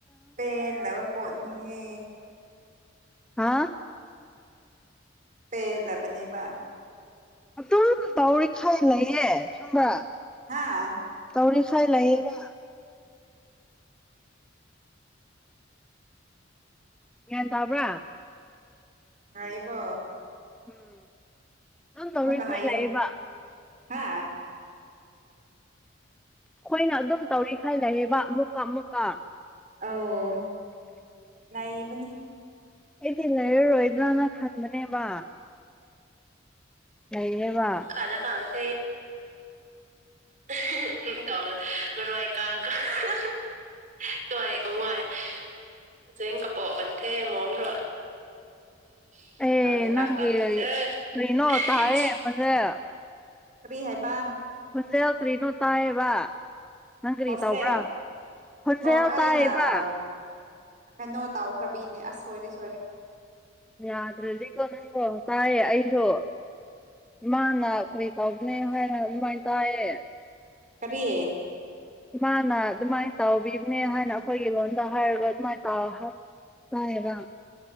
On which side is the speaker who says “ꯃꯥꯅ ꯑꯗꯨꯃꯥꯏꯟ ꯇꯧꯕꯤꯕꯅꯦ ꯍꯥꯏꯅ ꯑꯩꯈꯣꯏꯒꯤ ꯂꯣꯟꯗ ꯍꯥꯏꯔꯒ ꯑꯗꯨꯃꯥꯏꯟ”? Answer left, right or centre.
Centre